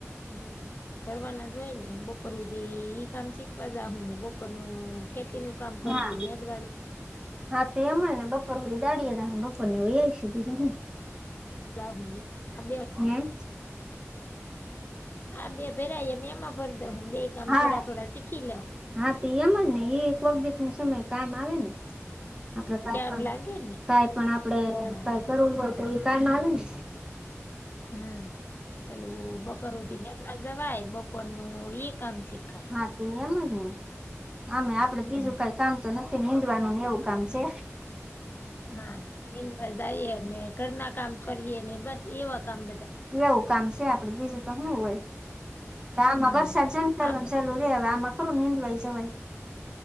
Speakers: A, on the left (about 40°); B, on the right (about 15°).
A: હમ, ભરવાના જ હોય ને, બપોર હુધી ઈ કામ શીખવા જાહુ ને બપોરનું. ખેતી નું કામ કરશું
B: હા
A: નેડવા.
B: હા, તો એમજ ને બપોર હુધી દાડી એ જાહુ બપોર ની વહી આવઈશું બીજું હું.
A: <unintelligible> આ બે
B: હમ.
A: આ બે ભેરા એમ એમાં ભર દેહુ બે. કામ
B: હા,
A: થોડા થોડા શીખી લઉ
B: હા, તો એમજ ને એ એક વખતે સમય કામ આવે ને, આપડે કાઈ
A: કામ
B: પણ,
A: લાગે ને
B: કાઈ પણ આપડે
A: હા
B: કાંઈ કરવું હોય તો, ઈ કામ આવેને.
A: હા, પેલું બપોર હુધી નેડવા જવાય બપોરનું ઈ કામ શીખાય.
B: હા તો એમજને આમે આપડે બીજું
A: હમ
B: કાઈ કામ તો નથી. નીંદવાનું ને એવું કામ છે.
A: હા નિંદવા જાઈએ ને ઘરના કામ કરીએ ને બસ એવા કામ બધા
B: એવું કામ સે આપડે બીજું તો હું હોય, તો આમાં
A: હમ
B: વરષા જેમ ચાલુન
A: આપડે
B: ચાલુ રે હવે આમાં ખરું નિંદવાએ જવાઈ.